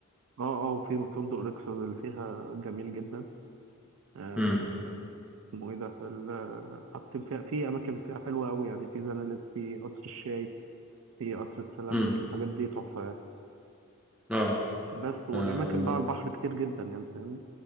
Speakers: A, on the right; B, in the centre.
A: اه آه، وفي فندق لوكسوس اللي فيها جميل جدا آه،
B: امم
A: اسمه ايه ده ال- حاطين فيها في اماكن فيها حلوه قوي يعني في زنالت في قصر الشاي في قصر السلاملك
B: امم
A: الحاجات دي تحفه يعني
B: اه
A: بس والاماكن
B: اه
A: بقى على البحر كتير جدا يعني فاهمني